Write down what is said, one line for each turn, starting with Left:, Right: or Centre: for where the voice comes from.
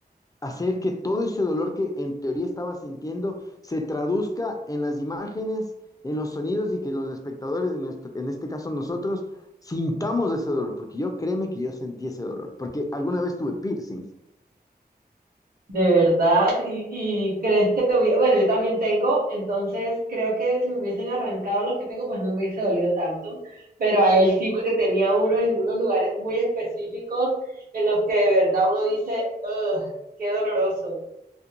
Left: hacer que todo ese dolor que en teoría estaba sintiendo se traduzca en las imágenes, en los sonidos y que los espectadores, en, nuestro- en este caso nosotros, sintamos ese dolor. Porque yo créeme que yo sentí ese dolor. Porque alguna vez tuve piercing.
Right: De verdad, y, y crees que te hubiera, bueno, yo también tengo, entonces creo que si me hubiesen arrancado los que tengo, pues no me hubiese dolido tanto, pero a él sí, porque tenía unos en unos lugares muy específicos en los que de verdad uno dice, "Ugh, qué doloroso.